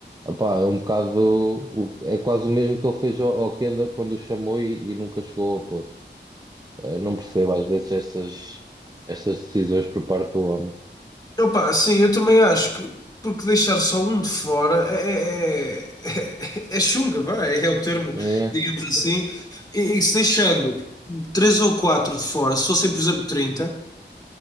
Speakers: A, on the right (about 20°); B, on the left (about 20°).
A: opá, é um bocado, o- é quase o mesmo que ele fez ao, ao Kenda quando o chamou e, e nunca chegou a pôr. Uh, não percebo às vezes estas, estas decisões por parte do homem.
B: Opa, sim, eu também acho que porque deixar só um de fora é, é, é, <laughs> é chunga, vá, é, o termo,
A: É.
B: digamos assim. E, e se deixando três ou quatro de fora, se fossem, por exemplo, trinta